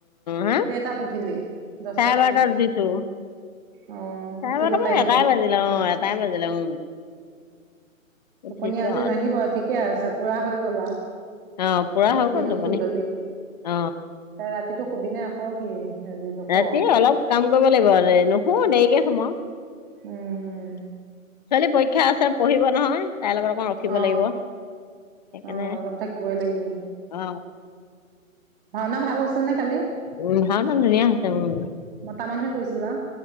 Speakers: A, on the left; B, on the right.
A: হা
B: কেইটাত উঠিলি দহটাত
A: চাৰে বাৰটাত
B: শুলি
A: উঠিছো,
B: অ',
A: চাৰে
B: উঠিব
A: বাৰট মানে
B: পাৰিলি
A: এটাই বাজিল আৰু এটাই বাজিল উম উঠিছো
B: আপুনি আজি
A: আৰু
B: নাহিব ঠিকে আছে পুৰা হৈ গলা।
A: অ পুৰা হৈ
B: দিনক
A: গ'ল টোপনি
B: শুই ললি,
A: অ
B: তাই ৰাতি টো সুবি নাই আকৌ কি আজি নুশুৱ
A: ৰাতি অলপ কাম কৰিব লাগিব আৰু নুশু দেৰিকে সম ছোৱালী
B: উম হম
A: পৰীক্ষা আছোৰ কিব নহয় তাইৰ লগত অকণ ৰখিব
B: অ
A: লাগিব সেইকাৰণে
B: অ অলপ থাকিবই লাগিব
A: অ
B: ভাওনা ভাল হৈছিল নে কালি,
A: উ ভাওনা ধুনীয়া হৈছে উম
B: মতা মানুহে কৰিছিল? ল'